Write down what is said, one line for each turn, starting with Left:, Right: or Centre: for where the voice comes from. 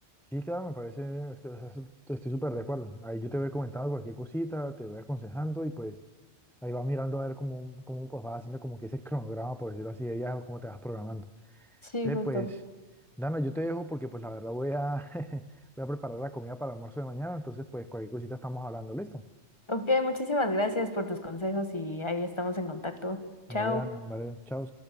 Centre: Sí, claro, me parece, estoy, o sea, su- estoy súper de acuerdo. Ahí yo te voy comentando cualquier cosita, te voy aconsejando y pues ahí vas mirando a ver cómo, cómo pues, vas haciendo como que ese cronograma, por decirlo así, de viaje o cómo te vas programando.
Left: Sí,
Centre: Entonces,
Left: justo.
Centre: pues, Dana, yo te dejo porque pues la verdad voy a, <laughs> voy a preparar la comida para el almuerzo de mañana, entonces pues cualquier cosita estamos hablando, ¿listo?
Left: Ok, muchísimas gracias por tus consejos y ahí estamos en contacto.
Centre: Vale,
Left: Chao.
Centre: Dana, vale, chao.